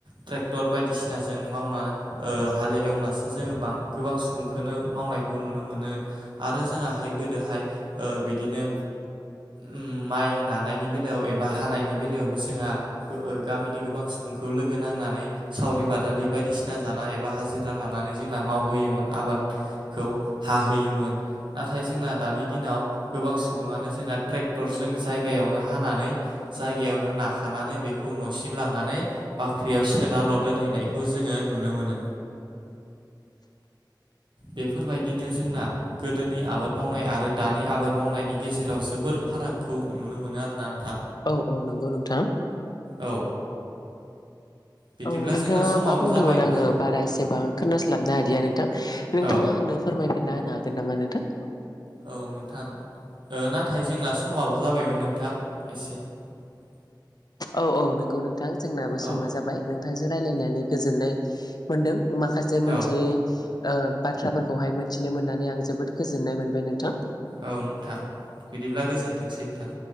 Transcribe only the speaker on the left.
औ औ नोंगौ नोंथां
औ नोंथाङा
मा बुंदोंमोन
आं आङो बारा एसेबां खोनास्लाबनो हादिया नोंथां नोंथाङा
आंनो फोरमायफिनना होनो हागोन नामा नोंथां
औ औ नोंगौ नोंथां जोंनाबो समा
जाबाय नोंथांजों रायलायनानै गोजोननाय मोन्दों। माखासे मोनथियै
ओ बाथ्राफोरखौहाय मिथिनो मोननानै आं जोबोद गोजोननाय मोनबाय नोंथां